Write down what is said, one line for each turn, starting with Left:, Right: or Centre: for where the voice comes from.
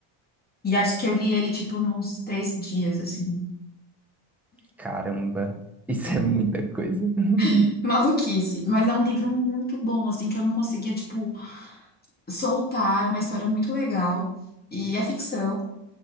Left: E acho que eu li ele, tipo, nos três dias, assim.
Centre: Caramba, isso
Left: É
Centre: é muita coisa. <laughs>
Left: <laughs> maluquice. Mas é um livro muito bom, assim, que eu não conseguia, tipo, soltar. É uma história muito legal. E é ficção,